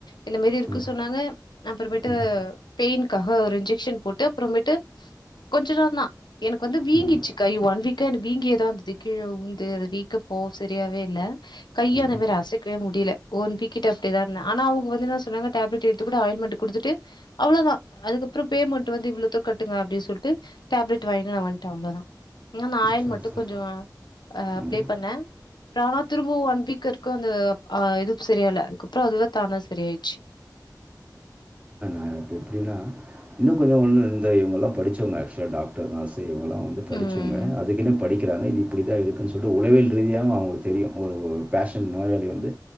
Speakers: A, on the left (about 80°); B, on the right (about 20°).
A: இந்த மேரி இருக்கு
B: ம்
A: சொன்னாங்க அப்புறமேட்டு
B: ம்
A: பெயின்காக ஒரு இன்ஜெக்ஷன் போட்டு அப்புறமேட்டு கொஞ்ச நேரதா எனக்கு வந்து வீங்கிட்ச்சி
B: ம்
A: கை ஒன் வீக் க என்ன‌ வீங்கியேதா இருந்தது கீழ உந்து அது வீக்க போ சரியாவே இல்ல கைய
B: ம்
A: அந்த மேரி அசைக்கவே முடில ஒன் வீக்கிட்ட அப்டியேதா இருந்த ஆனா அவுங்க வந்து என்ன சொன்னாங்க டேப்லெட் எடுத்து கூட ஆயின்மெண்ட் குடுத்துட்டு அவ்ளோதா அதுக்கு அப்றம் பேமெண்ட்டு வந்து இவ்ளோத்துக்கு கட்டுங்க அப்டி சொல்ட்டு டேப்லெட் வாங்கிட்டு நா வன்ட அவ்ளோதா ம் ஞாயர்
B: சரி
A: மட்டு
B: சரி
A: கொஞ்சோ அ அப்ளே
B: ம்
A: பண்ண ஆனா திரும்ப ஒன் வீக்கு இருக்கு வந்து அ இது சரியாள்ள அதுக்கப்புறோ அதுவே தானா சரியாயிச்சி
B: அ இப்ப இப்டியெல்ல இன்னு கொஞ்ச ஒன்னு இருந்த இவங்கல்லா படிச்சவங்க ஆக்சுவலா டாக் டர் நர்ஸ்சு இவங்கல்லா வந்து படிச்சவங்க
A: ம்
B: அதுக்கின்னே படிக் க்குராங்க இது இப்டிதா இருக்குன் சொல்ட்டு உளவியல் ரீதியாவு அவுங்களுக் தெரியு ஒரு ஒ பேஷன் நோயாளி வந்து